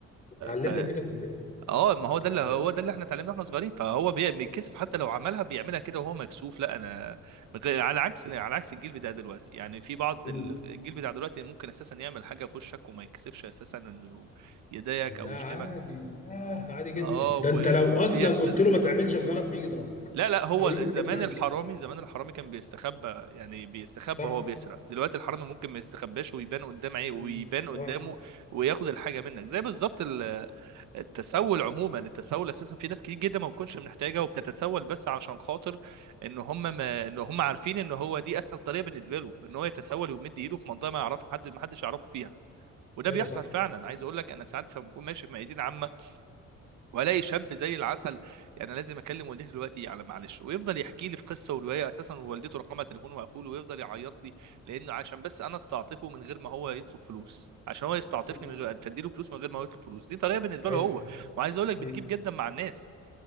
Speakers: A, on the left; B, on the right.
A: اتعلمنا
B: ف
A: كده كلنا
B: اه ما هو
A: اتعلمنا
B: ده اللي هو ده اللي احنا اتعلمناه واحنا صغيرين فهو بي- بيتكسف
A: مم.
B: حتى لو عملها بيعملها كده وهو مكسوف لا انا من غير- على عكس على عكس الجيل بتاع دلوقتي يعني في بعض
A: مم.
B: ال- الجيل بتاع دلوقتي ممكن اساسا يعمل حاجه في وشك وما يتكسفش اساسا انه يضايقك
A: لا
B: او يشتمك
A: عادي ياه عادي جدا
B: اه
A: ده
B: وبيستسهل
A: انت لو اصلا قلت له ما تعملش الغلط بيجي يضربك
B: لا لا هو
A: او
B: ال-
A: يجي يتخانق
B: زمان
A: معاك
B: الحرامي زمان الحرامي كان بيستخبى يعني بيستخبى
A: صح
B: وهو بيسرق دلوقتي الحرامي ممكن ما يستخباش ويبان قدام
A: مم.
B: عيه ويبان قدامه
A: اه
B: وياخد الحاجه منك زي بالظبط ال- التسول عموما التسول اساسا في ناس كتير جدا ما بتكونش محتاجه وبتتسول بس علشان خاطر ان هم ما ان هم عارفين ان هو دي اسهل طريقه بالنسبه له ان هو يتسول ويمد ايده في منطقه ما يعرف حد ما حدش يعرفه فيها وده
A: ايوه
B: بيحصل
A: صح
B: فعلا عايز اقول لك انا ساعات بكون ماشي في ميادين عامه والاقي شاب زي العسل يعني لازم اكلم والدتي دلوقتي على معلش ويفضل يحكي لي في قصه وروايه اساسا والدته رقمها تليفونه مقفول ويفضل يعيط لي لانه عشان بس انا استعطفه من غير ما هو يطلب فلوس عشان هو يستعطفني
A: مم.
B: من غير تديله فلوس من غير ما هو يطلب فلوس دي طريقه بالنسبه
A: ايوه
B: له هو وعايز اقول لك بتجيب
A: مم.
B: جدا مع الناس